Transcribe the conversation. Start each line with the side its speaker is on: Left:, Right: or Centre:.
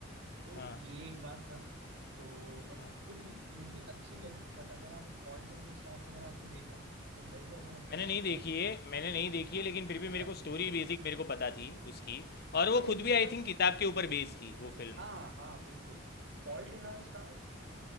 Right: तो
Left: हाँ
Right: ये एक बात था तो बट
Left: हाँ
Right: फिर भी मूवी अच्छी लगी बट अगर आप फॉल्ट इन द स्टार्स अगर आपने देखा है तो मेरे को ऐसा लगता है
Left: मैंने
Right: कि
Left: नहीं
Right: वो
Left: देखी है मैंने नहीं देखी है लेकिन फिर
Right: अच्छा
Left: भी मेरे को स्टोरी बेसिक मेरे को पता थी उसकी और
Right: फॉल्ट
Left: वो खुद
Right: इन द
Left: भी
Right: स्टार्स
Left: आई थिंक किताब के ऊपर बेस्ड थी वो फिल्म
Right: हाँ हाँ हाँ, बिल्कुल फॉल्ट इन आवर स्टार्स